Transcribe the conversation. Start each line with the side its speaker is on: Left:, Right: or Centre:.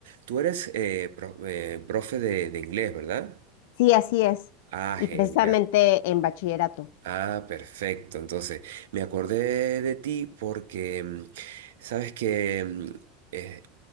Right: Tú eres eh, pro- eh, profe de, de inglés, ¿verdad?
Left: Sí, así es.
Right: Ah,
Left: Y
Right: genial.
Left: precisamente en bachillerato.
Right: Ah, perfecto. Entonces, me acordé de ti porque mm, sabes que mm, eh,